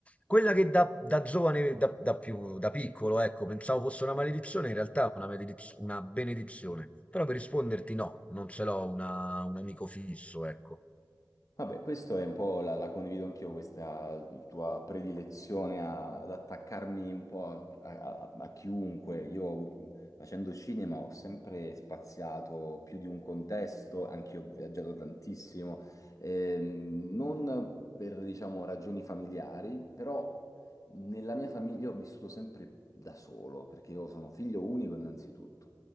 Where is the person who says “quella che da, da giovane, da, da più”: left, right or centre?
Left